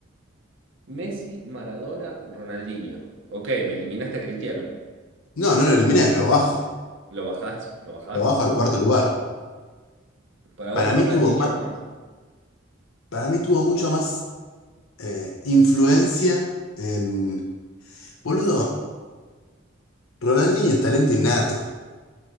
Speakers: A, on the right; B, on the left.
A: Messi, Maradona, Ronaldinho. Ok, me eliminaste a Cristiano.
B: No, no lo eliminé, lo bajo.
A: ¿Lo bajás? ¿Lo bajás?
B: Lo bajo al cuarto lugar.
A: Para
B: Para
A: vos Ronaldinho
B: mí tuvo más,
A: es más.
B: para mí tuvo mucho más eh, influencia en. Boludo, Ronaldinho es talento innato.